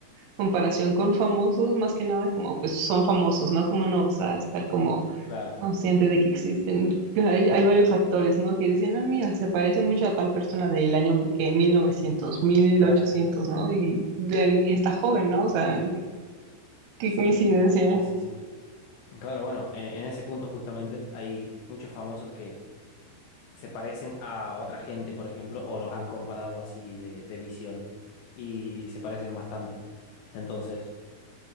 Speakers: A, on the right; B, on the left.
A: comparación con famosos, más que nada como, pues, son famosos, ¿no? Como no, o sea, estar como
B: claro,
A: consciente de que existen, que hay, hay varios actores, ¿no? Que dicen, ah, mira, se parece mucho a tal persona del año que mil novecientos mil
B: claro.
A: ochocientos ¿no? Y, de, y está joven, ¿no? O sea, qué
B: Sí,
A: coincidencia.
B: sí, sí, sí. sí. Claro, bueno, en, en ese punto justamente hay muchos famosos que se parecen a otra gente, por ejemplo, o los han comparado así de, de visión y se parecen bastante. Entonces...